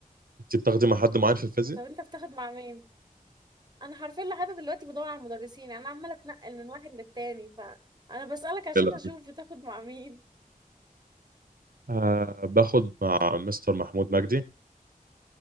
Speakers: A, on the right; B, on the right.
A: انت بتاخدي مع حد معين في الفيزياء
B: طب انت بتاخد مع مين انا حرفيا لحد دلوقتي بدور على المدرسين انا عماله اتنقل من واحد للتاني فانا بسألك عشان
A: لا.
B: اشوف بتاخد مع مين
A: أه باخد مع مستر محمود مجدي